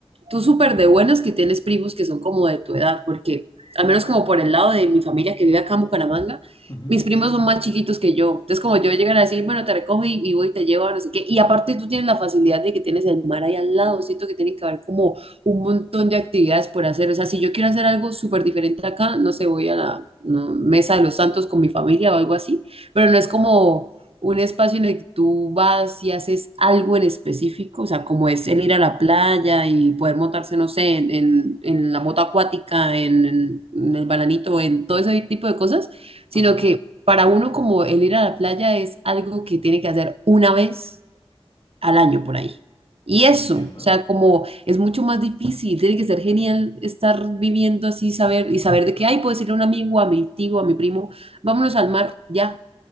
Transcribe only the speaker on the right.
tú súper de buenas que tienes primos que son como de tu edad, porque al menos como por el lado de mi familia que vive acá en Bucaramanga,
mis primos son más chiquitos que yo. Entonces como yo llegan a decir, bueno, te recojo y, y voy y te llevo, no sé qué. Y aparte tú tienes la facilidad de que tienes el mar ahí al lado. Siento que tiene que haber como un montón de actividades por hacer. O sea, si yo quiero hacer algo súper diferente acá, no sé, voy a la no, Mesa de los Santos con mi familia o algo así, pero no es como un espacio en el que tú vas y haces algo en específico, o sea, como es el ir a la playa y poder montarse, no sé, en, en, en la moto acuática, en, en- en el bananito, en todo ese tipo de cosas, sino
que para uno como el ir a la playa es algo que tiene que hacer una vez al año por ahí. Y eso,
o sea, como es mucho más difícil, tiene que ser genial estar viviendo así, saber y saber de qué hay, puedo decirle a un amigo, a mi tío, a mi primo, vámonos al mar, ya.